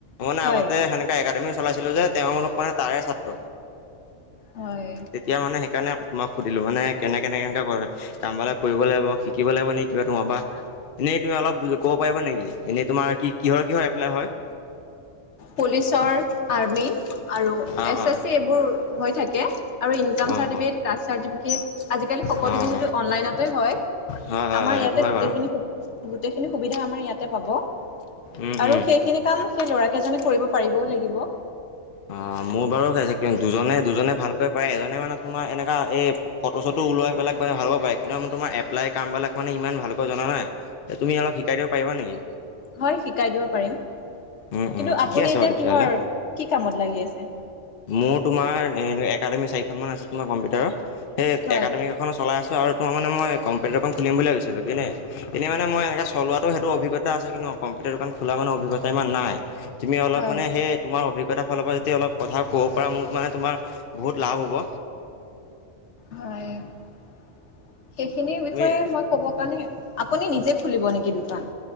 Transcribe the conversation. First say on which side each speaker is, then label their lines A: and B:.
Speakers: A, on the left (about 55°); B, on the left (about 70°).
A: মানে
B: হয়
A: আগতে সেনেকা একাডেমি চলাইছিলোঁ যে তেওঁ অলপ মানে তাৰে ছাত্ৰ
B: হয়
A: তেতিয়া মানে সেইকাৰণে মই সুধিলোঁ মানে কেনে কেনে কেনেকে কামবিলাক কৰিব লাগিব শিকিব লাগিব কিবা তোমাৰ পৰা এনেই তুমি অলপ ক'ব পাৰিবা নেকি এনেই তোমাৰ কিহৰ কিহৰ এপ্লাই হয়
B: পুলিচৰ আৰ্মি আৰু
A: অ',
B: এছ
A: অ',
B: এ চি এইবোৰ হৈ থাকে আৰু ইনকাম
A: অ',
B: চাৰ্টিফিকেট
A: অ', অ',
B: কাষ্ট চাৰ্টিফিকেট আজিকালি সকলো
A: হয়
B: যিহেতু অনলাইনতে হয়
A: হয় হয়
B: আমাৰ ইয়াতে
A: সেইটো হয়
B: গোটেইখিনি
A: বাৰু
B: সুবিধা গোটেইখিনি সুবিধা আমাৰ ইয়াতে পাব
A: উম,
B: আৰু
A: উম।
B: সেইখিনি কাম সেই ল'ৰা কেইজনে কৰিব পাৰিবও লাগিব
A: অ মোৰ বাৰু দুজনে দুজনে ভালকৈ পাৰে এজনে মানে তোমাৰ এনেকা এই ফটো চটো ওলাই পেলাক মানে ভালকৈ পাৰে কিন্তু তোমাৰ এপ্লাই কামবিলাক মানে ইমান ভালকৈ জনা নাই তুমি অলপ শিকাই দিব পাৰিবা নেকি?
B: হয় শিকাই দিব পাৰিম
A: উম, উম,
B: কিন্তু
A: ঠিকে
B: আপুনি
A: আছে
B: এতিয়া
A: বাৰু তেতিয়াহ'লে
B: কিহৰ কি কামত লাগি আছে
A: মোৰ তোমাৰ একাডেমি চাৰিখন মান আছে তোমাৰ কম্পিউটাৰৰ সেই
B: হয়
A: একাডেমিক এখনো চলাই আছো আৰু তাৰমানে মই কম্পিউটাৰ এখন খুলিম বুলি ভাবিছিলোঁ কিনে এনেই মান মই এনেকৈ চলোৱাটো সেইটো অভিজ্ঞা আছে কিন্তু কম্পিউটাৰ দোকান খোলা মানে অভিজ্ঞতা ইমান নাই তুমি অলপ
B: হয়
A: মানে সেই তোমাৰ অভিজ্ঞতাৰ ফালৰ পৰা যদি অলপ কথা ক'ব পৰা মোৰ মানে তোমাৰ বহুত লাভ হ'ব
B: হয় সেইখিনিৰ বিষয়ে
A: তুমি
B: মই ক'ব কাৰণে আপুনি নিজে খুলিব নেকি দোকান